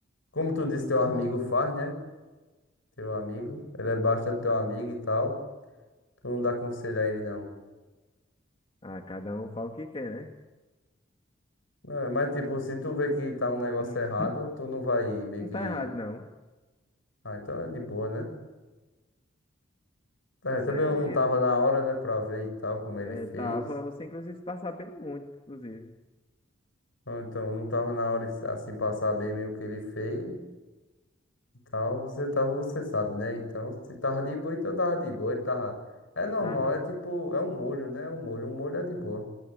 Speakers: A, on the left; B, on the left.
A: Como tu disse, teu amigo faz, né? Teu amigo. Ele é bastante teu amigo e tal. Tu não dá conselho a ele, não.
B: Ah, cada um fala o que quer, né?
A: É, mas, tipo, se tu vê que tá um negócio
B: <laughs>
A: errado, tu não vai meio
B: Não
A: que.
B: tá errado, não.
A: Ah, então é de boa, né? É,
B: Você
A: também eu não tava na hora, né, pra ver e tal, como ele
B: é,
A: fez.
B: tava, você inclusive tá sabendo muito, inclusive.
A: Ou Então, não tava na hora, de, assim, passar bem meio que ele fez e tal. Você tava, você sabe, né? Então, se tava de boa, então tava de boa. Ele tava. É normal,
B: Tá?
A: é tipo, é um molho, né? Um molho, um molho é de boa.